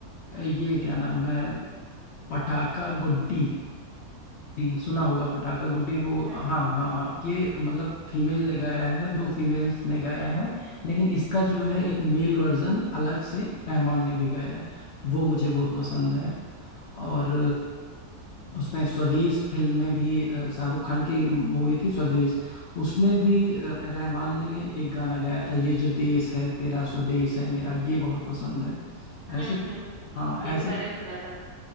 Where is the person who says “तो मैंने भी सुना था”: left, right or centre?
Right